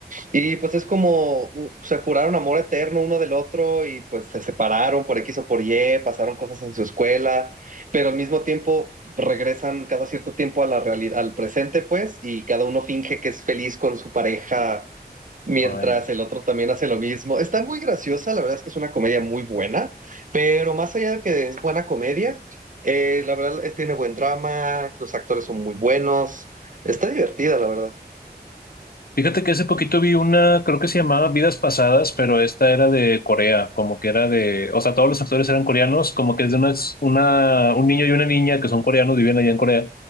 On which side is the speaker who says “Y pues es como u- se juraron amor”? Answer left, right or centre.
Right